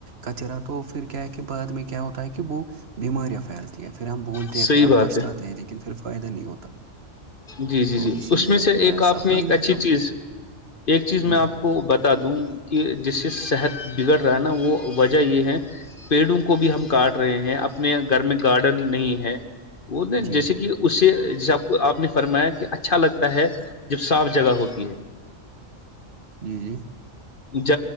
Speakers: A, on the right; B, on the left.
A: کچرا تو پھر کیا ہے کہ بعد میں کیا ہوتا ہے کہ وہ بیماریاں پھیلتی ہیں پھر ہم بولتے
B: صحیح
A: ہیں پھر ہم
B: بات
A: پچھاتے
B: ہے
A: ہیں لیکن صر فائدہ نہیں ہوتا
B: جی جی
A: تو
B: جی
A: اسی
B: اس
A: لیے
B: میں سے
A: جو
B: ایک
A: ہے
B: آپ
A: صفائی
B: نے ایک اچھی
A: رکھنا
B: چیز ایک چیز
A: جی
B: میں آپ کو بتا دوں کہ جس سے صحت بگڑ رہا ہے نا وہ وجہ یہ ہے پیڑوں کو بھی ہم کاٹ رہے ہیں اپنے گھر میں گارڈن نہیں ہے وہ نہیں
A: جی
B: جیسے
A: جی
B: کہ اس سے جس آپ کو آپ نے فرمایا کہ اچھا لگتا ہے جب صاف جگہ ہوتی ہے
A: جی جی
B: ج